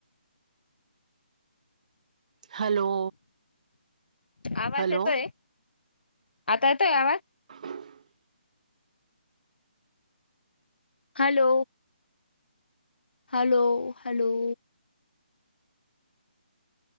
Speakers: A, on the right; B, on the left.
A: Hello
B: आवाज
A: हॅलो
B: येतोय आता येतोय आवाज.
A: <unintelligible>
B: Hello hello hello.